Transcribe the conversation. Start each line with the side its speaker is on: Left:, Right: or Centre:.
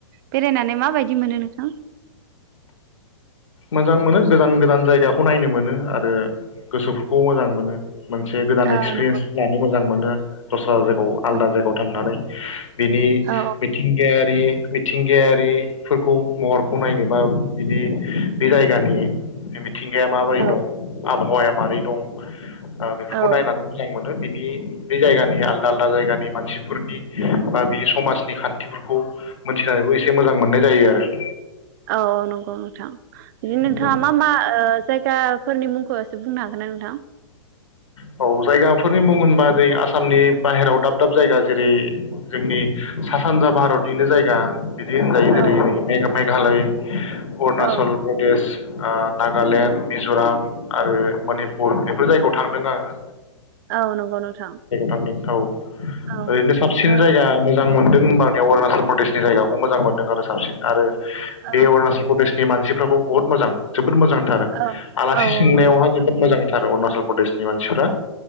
Right: बेरायनानै माबायदि मोनो नोंथां?
Left: मोजां मोनो गोजान गोजान जायगाखौ नायनो मोनो आरो गोसोफोरखौ मोजां मोनो। मोनसे गोदान
Right: औ
Left: एक्सपिरियेन्स
Right: नंगौ
Left: लानो मोजां मोनो दस्रा जाय खौ आलदा
Right: औ
Left: जायगायाव थांनानै बिनि
Right: औ
Left: मिथिंगायारि मिथिंगायारि फोरखौ महरखौ नायनो बा बिनि बे जायगानि हामिन मिथिंगाया माबोरै
Right: औ
Left: दं? आबहावाया मारै दं? ओ बेफोरखौ
Right: औ
Left: नायनानै मोजां मोन बिनि बे जायगानि आलदा आलदा जायगानि मानसिफोरनि बा बिनि समाजनि खान्थिफोरखौ मोनथिनानैबो एसे मोजां मोननाय जायो आरो ।
Right: औ औ नंगौ नोंथां बिदिन
Left: नंगौ
Right: नोंथाङा मा मा जायगाफोरनि मुंख बुंनो हागोन ना नोंथां?
Left: औ जायगाफोरनि मुं होनबा जों आसामनि बाहेरायाव दाब दाब जायगा जेरै जोंनि सा सानजा भारतनिनो जायगा बिदि होजायो
Right: औ
Left: जेरै जाग मेघालय अरुनासल
Right: औ
Left: प्रदेस ओ नागालेण्ड मिज'राम आरो मनिपुर बेफोर जायगायाव थांदों आं हा
Right: औ नंगौ नोंथां
Left: थांदों औ
Right: औ ओ
Left: ओरैनो साबसिन जायगा मोजांमोन दों होनबानिया अरुणाचल प्रदेशनि जायगाखौ मोजां मोनदों आरो साबसिन आरो
Right: औ
Left: बे अरुणाचल प्रदेश नि मानसिफ्राबो बहुद मोजां जोबोद मोजां। थार
Right: औ
Left: आलासि
Right: औ
Left: सोंनायावहाय
Right: नंगौ नोंथां
Left: जोबोद मोजांथार अरुनाचल चल प्रदेश नि मानसिफोरा